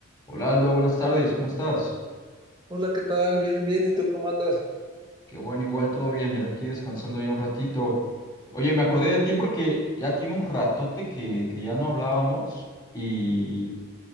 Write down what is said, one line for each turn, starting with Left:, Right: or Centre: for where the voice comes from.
Left: Hola Aldo, buenas tardes, ¿cómo estás?
Right: Hola, ¿qué tal? Bien, bien. ¿Y tú cómo andas?
Left: Qué bueno, igual todo bien, mira, aquí descansando ya un ratito. Oye, me acordé de ti porque ya tiene un ratote que, que ya no hablábamos y